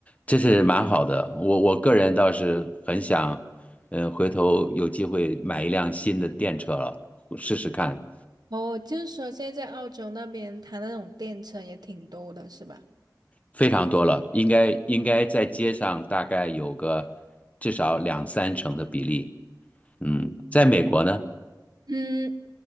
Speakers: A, on the left (about 20°); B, on the right (about 65°).
A: 这是蛮好的。我我个人倒是很想，呃，回头有机会买一辆新的电车了，试试看。
B: 哦，就是说现在在澳洲那边，它那种电车也挺多的，是吧？
A: 非常多了，应该应该在街上大概有个至少两三成的比例。嗯，在美国呢，
B: 嗯，